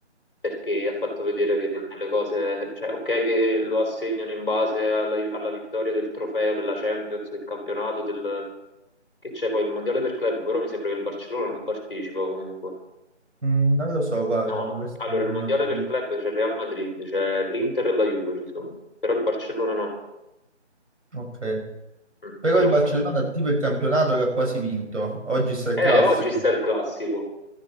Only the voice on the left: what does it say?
perché ha fatto vedere che delle cose, cioè ok che lo assegnano in base alla, alla vittoria del trofeo, della Champions, del campionato, del, che c'è poi il mondiale per club, però mi sembra che il Barcellona non partecipa comunque.
No,
allora
il mondiale
per club c'è il Real Madrid, c'è l'Inter e la Juve ci sono, però il Barcellona no.
Mm,
quello
che-
Eh,
oggi sta il classico.